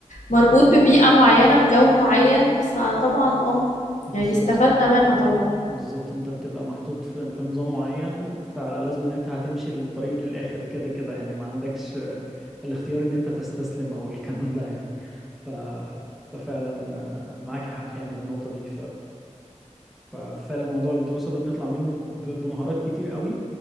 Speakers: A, on the left; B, in the centre.
A: مربوط ببيئة معينة بجو معين فطبعا اه
B: بالظبط
A: يعني استفدنا منها طبعا
B: بالظبط انت بتبقى محطوط في, في نظام معين فلازم ان انت هتمشي الطريق للآخر كده كده يعني ما عندكش آه، الاختيار ان انت تستسلم او الكلام ده يعني ف... ففعلا آه، معاكي حق يعني في النقطة دي ففعلا موضوع الدراسة ده بنطلع منه ب- بمهارات كتير قوي